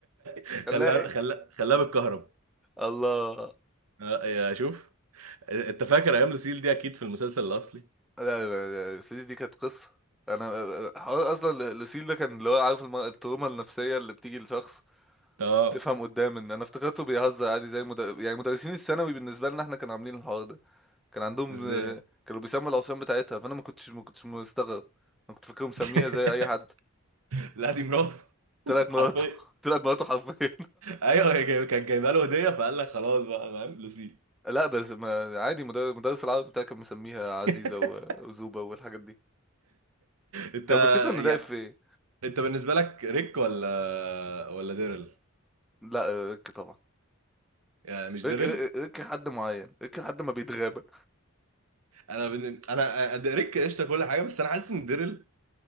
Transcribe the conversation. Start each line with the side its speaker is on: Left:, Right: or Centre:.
Right: خلا
Centre: خلاها ايه
Right: خلا خلاه بالكهرب
Centre: الله
Right: آه، يا شوف انت فاكر ايام لوسيل دي اكيد في المسلسل الاصلي
Centre: لا لا لا سيدي دي كانت قصة انا حوار اصلا لوسيل ده كان اللي هو عارف الم- التروما النفسية اللي بتيجي لشخص
Right: اه
Centre: تفهم قدام ان انا افتكرته بيهزر عادي زي مدر... يعني مدرسين الثانوي بالنسبة لنا احنا كانوا عاملين الحوار ده كان عندهم
Right: ازاي
Centre: آه، كانوا بيسموا العصيان بتاعتها فانا ما كنتش ما كنتش مستغرب انا كنت فاكره مسميها
Right: <laughs>
Centre: زي اي حد
Right: لا دي مراته
Centre: طلعت مراته
Right: حرفيا
Centre: <laughs> طلعت مراته حرفيا
Right: ايوه هي جايب- كانت جايبه له هديه فقال لك خلاص بقى فاهم لوسيل
Centre: <laughs> لا بس ما عادي مدر- مدرس العربي بتاعي كان مسميها عزيزة
Right: <laughs>
Centre: و- وزوبة والحاجات دي
Right: انت
Centre: كانوا بيفتكروا ان
Right: يا
Centre: ده اف ايه.
Right: انت بالنسبه لك ريك ولا ولا ديرل
Centre: لا آه، طبعا
Right: يعني مش
Centre: ريك
Right: ديرل
Centre: ريك ريك حد معين ريك لحد ما بيتغاب
Right: انا بن... انا أ- ريك قشطه كل حاجه بس انا حاسس ان ديرل